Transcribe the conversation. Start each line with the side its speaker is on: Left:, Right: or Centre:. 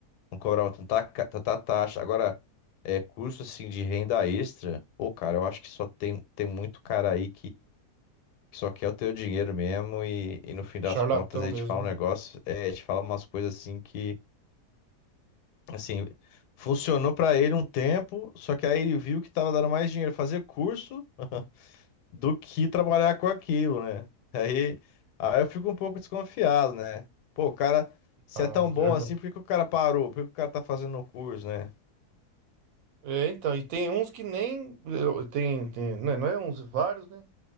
Left: não cobravam tanta, ca- tanta taxa. Agora, é curso assim de renda extra, pô, cara, eu acho que só tem, tem muito cara aí que só quer o teu dinheiro mesmo e, e no fim das
Right: Charlatão
Left: contas ele
Right: mesmo,
Left: te fala
Right: né?
Left: um negócio, é, ele te fala umas coisas assim que, assim, funcionou pra ele um tempo, só que aí ele viu que tava dando mais dinheiro fazer curso do que trabalhar com aquilo, né? Aí, aí eu fico um pouco desconfiado, né? Pô, o cara, se
Right: Ah,
Left: é tão bom
Right: verdade.
Left: assim, por que que o cara parou? Por que que o cara tá fazendo o curso, né?
Right: É, então, e tem uns que nem. eu- Tem, tem, né, não é uns, vários, né?